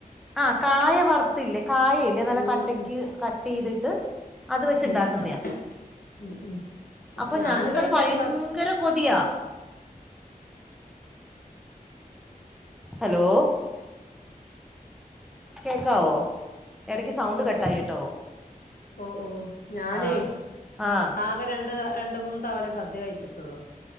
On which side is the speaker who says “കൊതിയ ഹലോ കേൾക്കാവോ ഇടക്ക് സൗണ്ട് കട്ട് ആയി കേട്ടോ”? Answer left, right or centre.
Centre